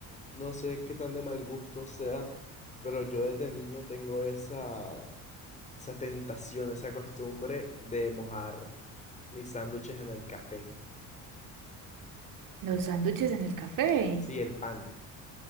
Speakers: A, on the left; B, on the right.
A: no sé qué tan de mal gusto sea, pero yo desde niño tengo esa, esa tentación, esa costumbre de mojar mis sándwiches en el café.
B: Los sándwiches en el café.
A: Sí, el pan.